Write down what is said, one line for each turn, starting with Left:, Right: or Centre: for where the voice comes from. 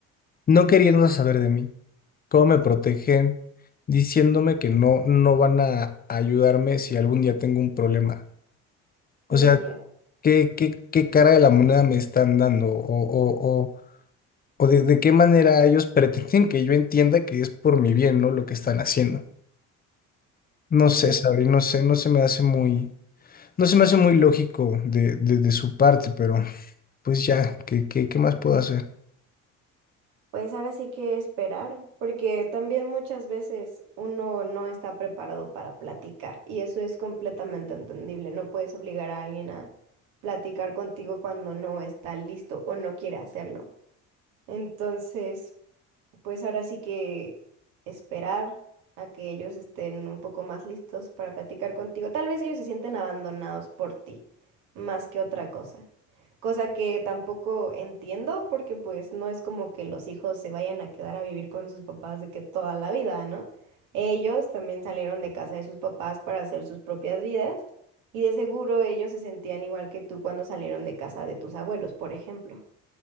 Left: no queriendo saber de mí? ¿Cómo me protegen diciéndome que no, no van a ayudarme si algún día tengo un problema? O
Right: mm,
Left: sea,
Right: ya,
Left: ¿qué, qué, qué cara de la moneda me están dando? o, o, o o de, de qué manera ellos pretenden que yo entienda que es por mi bien, ¿no? Lo que están haciendo. No sé,
Right: pues,
Left: Sabri, no sé, no se me hace muy, no se me hace muy lógico de, de, de su parte, pero pues ya, ¿qué, qué, qué más puedo hacer?
Right: pues ahora sí que esperar, porque también muchas veces uno no está preparado para platicar y eso es completamente entendible. No puedes obligar a alguien a platicar contigo cuando no está listo o no quiere hacerlo. Entonces... pues ahora sí que esperar a que ellos estén un poco más listos para platicar contigo. Tal vez ellos se sienten abandonados por ti, más que otra cosa. Cosa que tampoco entiendo porque pues no es como que los hijos se vayan a quedar a vivir con sus papás de que toda la vida, ¿no? Ellos también salieron de casa de sus papás para hacer sus propias vidas y de seguro ellos se sentían igual que tú cuando salieron de casa de tus abuelos, por ejemplo.